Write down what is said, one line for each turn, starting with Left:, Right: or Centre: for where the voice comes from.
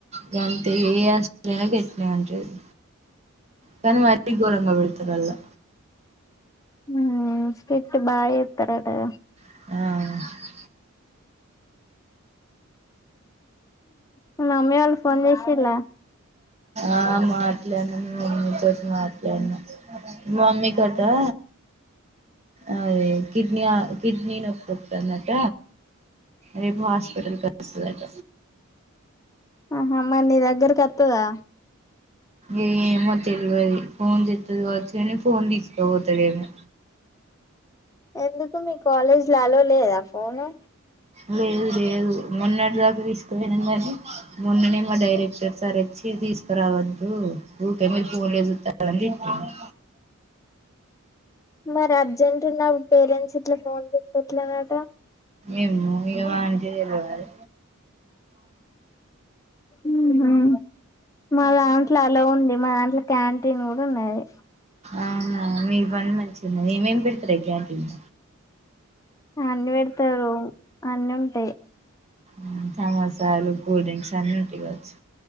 Right: గంతే ఏ <unintelligible> ఐనా గిట్నే ఉంటది కానీ మరీ ఘోరంగా వెడ్తురుల్లా
Left: ఊ స్టిట్ బా చెప్తారటగా
Right: ఆ
Left: మీ మమ్మీ వాళ్ళ ఫోన్ చేసిల్లా
Right: ఆ మాట్లాడినా మీ మమ్మీ తోటి మాట్లాడినా మమ్మీ తోటా అదే కిడ్నీ ఆ కిడ్నీ నొప్పొత్తాందట రేపు హాస్పటల్ కొస్తదట
Left: ఆహా మరి నీ దగ్గరికొత్తదా
Right: ఏ ఏమో తెల్వది ఫోన్ జేత్తాది కావచ్చు గానీ ఫోన్ తీసుకపోతాడేమో
Left: ఎందుకు మీ కాలేజ్ లో అలో లేదా ఫోను
Right: లేదు లేదు మొన్నటి దాకా తీసుకుపోయినాం కానీ మొన్ననే మా డైరెక్టర్ సార్ వచ్చి తీసుకురావద్దు ఊకే మీరు ఫోన్లే జూత్తారని తిట్టింది
Left: మరి అర్జెంటు ఉన్న పేరెంట్స్ ఇట్లా ఫోన్ జేత్తే ఎట్లా నట
Right: ఏమో ఇగ వానికే తెలవాలి
Left: ఊహా మా దాంట్లో అలో ఉంది మా దాంట్లో క్యాంటీన్ కూడా ఉన్నది
Right: అవునా మీ పని మంచిగుది ఏమేం పెడతారే క్యాంటీన్
Left: అన్నీ పెడతారు అన్ని ఉంటాయి
Right: ఊ సమోసాలు కూల్డ్ డ్రింక్స్ అన్నీ ఉంటాయి కావచ్చు